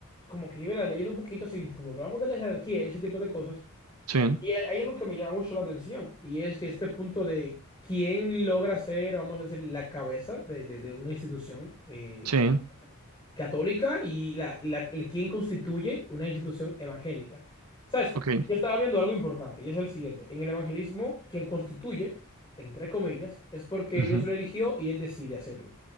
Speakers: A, on the left; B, on the right.
A: como que ¿verdad? leyendo un poquito, si como hablamos de la jerarquía y ese tipo de cosas,
B: Sí,
A: y hay algo que me llama mucho la atención, y es que este punto de quién logra ser, vamos a decir, la cabeza de, de- de una institución, eh,
B: sí,
A: católica y la, la- quien constituye una institución evangélica. ¿Sabes?
B: ok,
A: Yo estaba viendo algo importante y es el siguiente. En el evangelismo, quien constituye, entre comillas, es porque
B: ujú,
A: Dios lo eligió y él decide hacerlo.